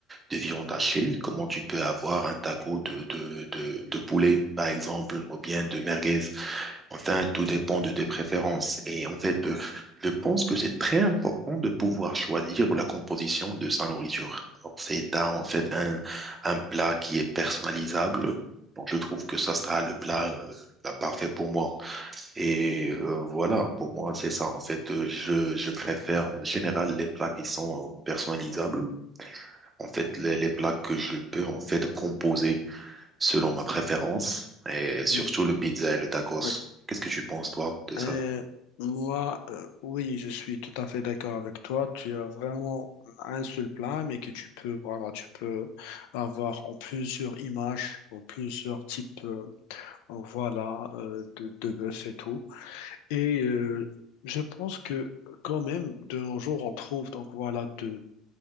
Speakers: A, on the right; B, on the left.
A: de viande hachée, comment tu peux avoir un taco de, de, de, de poulet, par exemple, ou bien de merguez. Enfin, tout dépend de tes préférences. Et en fait, euh, je pense que c'est très important de pouvoir choisir la composition de sa nourriture. Alors, c'est un- en fait un, un plat qui est personnalisable. Donc, je trouve que ça sera le plat, euh, plat parfait pour moi. Et euh, voilà, pour moi, c'est ça. En fait, euh, je, je préfère en général les plats qui sont euh, personnalisables en fait, les, les plats que je peux en fait composer selon ma préférence et surtout
B: Mhm.
A: le pizza et le tacos.
B: Oui.
A: Qu'est-ce que tu penses, toi, de ça?
B: Euh, moi, euh, oui, je suis tout à fait d'accord avec toi. Tu as vraiment un seul plat, mais que tu peux, voilà, tu peux avoir en plusieurs images, en plusieurs types, euh, voilà, euh, de, de bœuf et tout. Et euh, je pense que quand même, de nos jours, on trouve donc voilà de